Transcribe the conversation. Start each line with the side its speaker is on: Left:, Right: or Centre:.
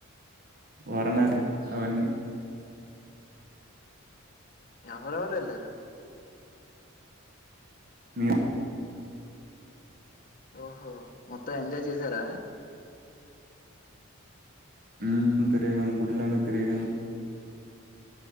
Right: ఓరనాటి అవన్నీ
Left: ఎవరెవరు వెళ్ళారు
Right: మేము
Left: ఓహో మొత్తం ఎంజాయ్ చేసారా
Right: ఉమ్ తిరిగాం గుడిలు అన్ని తిరిగాం